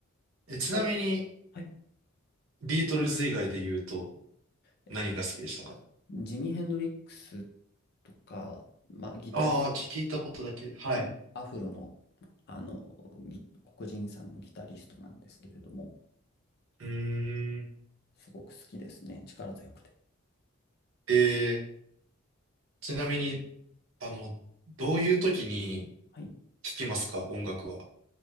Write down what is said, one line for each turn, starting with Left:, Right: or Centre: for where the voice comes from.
Right: え、ちなみに、
Left: お、はい。
Right: ビートルズ以外で言うと、
Left: えっと、
Right: 何が好きでしたか
Left: ジミー・ヘンドリックスとか、まあ、ギタリ
Right: ああー、聞いたことだけ。はい。
Left: うんアフロの、あの、ギ黒人さんのギタリストなんですけれども、
Right: うーん。
Left: すごく好きですね。力強くて。
Right: ええちなみに、あの、どういう時に
Left: はい。
Right: 聞きますか音楽は。